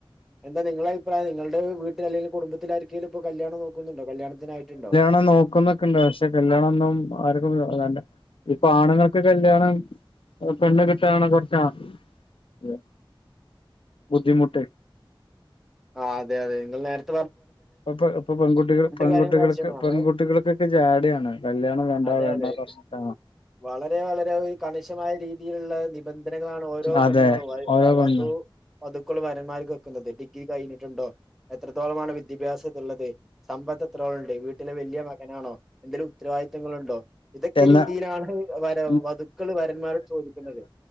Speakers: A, in the centre; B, on the left.
A: എന്താ നിങ്ങളാ അഭിപ്രായ നിങ്ങളുടെ വീട്ടിൽ അല്ലെങ്കി കുടുംബത്തില ആർകെലും ഇപ്പോ കല്യാണം നോക്കുന്നുണ്ടോ കല്യാണത്തിനായിട്ടുണ്ടോ
B: ണ നോക്കുന്ന ക്ക്ണ്ട് അക്ഷെ കല്യാണന്നും ആർക്കും <unintelligible> ഇപ്പൊ ആണുങ്ങൾക്ക് കല്യാണം പെണ്ണ് കിട്ടാനാണ് കുറച്ച ആഹ് ബുദ്ധിമുട്ട്
A: ആഹ് അതെ അതെ നിങ്ങൾ നേര്-
B: ആ പ്പൊ ഇപ്പൊ പെൺകുട്ടികൾ പെൺകുട്ടികൾക്ക്
A: കാര്യങ്ങൾ ചർച്ച ചെയ്യണം നമ്മള്
B: പെൺകുട്ടികൾക്കൊക്കെ ജാടെയാണ് കല്യാണം വേണ്ട
A: അതെ
B: വേണ്ട
A: അതെ
B: പറഞ്ഞിട്ട
A: വളരെ വളരെ കണിശമായ രീതിയിലുള്ള നിബന്ധനകളാണ് ഓരോ
B: അതെ
A: പെണ്ണുങ്ങളും വൈ
B: ഓരോ പെണ്ണ്
A: വധു വധുക്കള് വരന്മാർക്ക് വെക്കുന്നത് ഡിഗ്രി കയിഞ്ഞിട്ടുണ്ടോ എത്രത്തോളമാണ് വിദ്യഭ്യാസംന്നുള്ളത് സമ്പത്ത് എത്രോളുണ്ട് വീട്ടിലെ വല്യയ മകനാണോ എന്തേലും ഉത്തരവാദിത്തങ്ങളുണ്ടോ ഇതൊക്കെ
B: എന്നാ
A: രീതിയിലാണ് വര
B: ഉം
A: വധുക്കള് വരന്മാരോട് ചോദിക്കുന്നത്